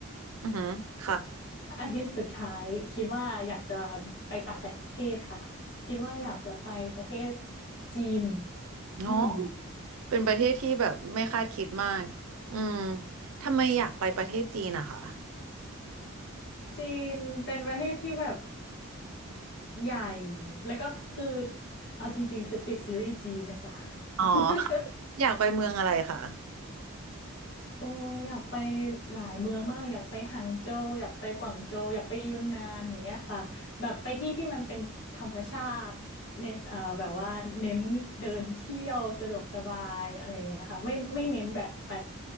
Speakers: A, on the right; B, on the left.
A: อือหือค่ะ
B: อาทิตย์สุดท้ายคิดว่าอยากจะไปต่างประเทศค่ะคิดว่าอยากจะไปประเทศจีน
A: เนาะ
B: อืม
A: เป็นประเทศที่แบบไม่คาดคิดมากอืมทำไมอยากไปประเทศจีนอะคะ
B: จีนเป็นประเทศที่แบบใหญ่แล้วก็คือเอาจริงๆคือติดซีรีส์จีนนะคะ
A: อ๋อ
B: <laughs>
A: อยากไปเมืองอะไรคะ
B: โอ้อยากไปหลายเมืองมากอยากไปหางโจวอยากไปกวางโจวอยากไปยุนนานอย่างเงี้ยค่ะแบบไปที่ที่มันเป็นธรรมชาติเน้นอ่าแบบว่าเน้นเดินเที่ยวสะดวกสบายอะไรอย่างเงี้ยค่ะไม่ไม่เน้นแบบไป